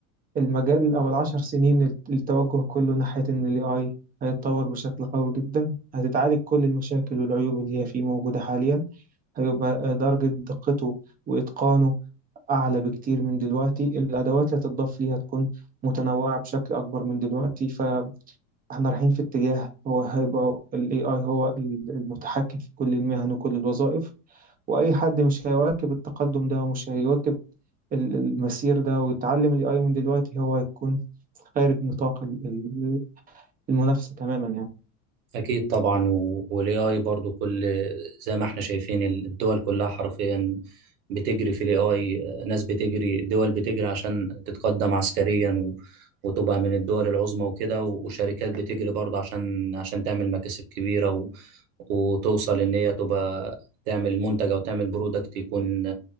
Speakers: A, on the right; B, on the right.
A: المجال أو العشر سنين التوجه كله ناحية إن ال AI هيتطور بشكل قوي جدا هتتعالج كل المشاكل والعيوب اللي هي فيه موجودة حاليا هيبقى درجة دقته وإتقانه أعلى بكتير من دلوقتي الأدوات اللي هتضاف ليه هتكون متنوعة بشكل أكبر من دلوقتي فإحنا رايحين في اتجاه هو هيبقى ال AI هو المتحكم في كل المهن وكل الوظائف وأي حد مش هيواكب التقدم ده ومش هيواكب ال- المسير ده ويتعلم ال AI من دلوقتي هو هيكون خارج نطاق ال- ال- المنافسة تماما يعني
B: أكيد طبعا و- وال AI برضو كل زي ما احنا شايفين الدول كلها حرفيا بتجري في ال AI ناس بتجري الدول بتجري عشان تتقدم عسكريا و... وتبقى من الدول العظمى وكده و- وشركات بتجري برضه عشان عشان تعمل مكاسب كبيرة و... وتوصل إن هي تبقى تعمل منتج أو تعمل برودكت يكون